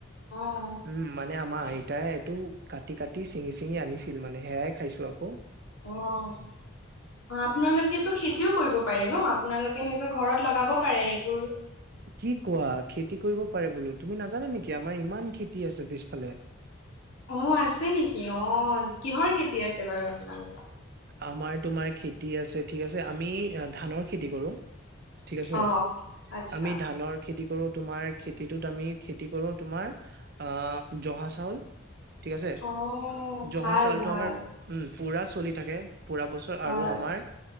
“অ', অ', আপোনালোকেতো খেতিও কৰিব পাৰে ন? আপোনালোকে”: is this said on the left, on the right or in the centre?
Left